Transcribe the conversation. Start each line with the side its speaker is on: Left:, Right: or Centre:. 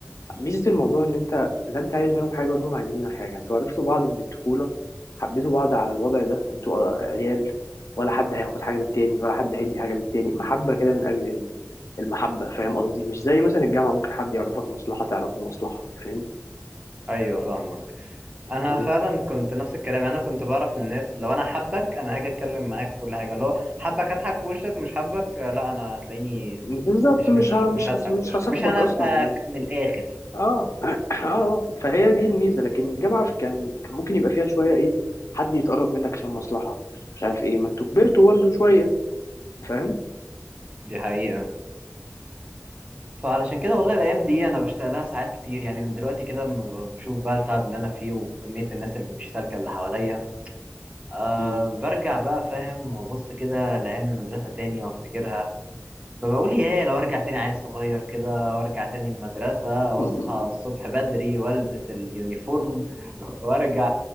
Left: ميزه الموضوع ان انت لا انت عايز منهم حاجه ولا هم عايزين منك حاجه انتوا عرفتوا بعض من الطفوله حبيتوا بعض على الوضع ده انتوا عيال ولا حد هياخد حاجه من التاني ولا حد هيدي حاجه للتاني محبه كده من اجل المحبه فاهم قصدي مش زي مثلا الجامعه ممكن حد يعرفك مصلحه تعرفه مصلحه فاهم
Right: ايوه فاهمك انا
Left: مم.
Right: فعلا كنت نفس الكلام يعني انا كنت بعرف الناس لو انا حبك انا هاجي اتكلم معاك وكل حاجه لو حبك هضحك في وشك مش حبك آه، لا انا هتلاقيني
Left: بالظبط
Right: مش
Left: مش
Right: مش
Left: ه...
Right: مش
Left: مش
Right: هضحك
Left: هس... مش
Right: في وشك
Left: هصاحبك
Right: مش هنافقك
Left: اصلا يعني
Right: من الاخر
Left: اه <clears throat> اه آه. فهي دي الميزه لكن الجامعه في كان كان ممكن يبقى فيها شويه ايه حد يتقرب منك عشان مصلحه مش عارف ايه ما انتوا كبرتوا برضه شويه فاهم
Right: دي حقيقه فعلشان كده والله الايام دي انا بشتغل لها ساعات كتير يعني من دلوقتي كده لما ب- بشوف بقى التعب اللي انا فيه وكميه الناس اللي مش سالكه اللي حواليا أه
Left: مم.
Right: برجع بقى فاهم وابص كده لايام المدرسه تاني وافتكرها فبقول ايه لو ارجع تاني عيل صغير كده وارجع تاني المدرسة
Left: <laughs>
Right: واصحى الصبح بدري والبس اليونيفورم وارجع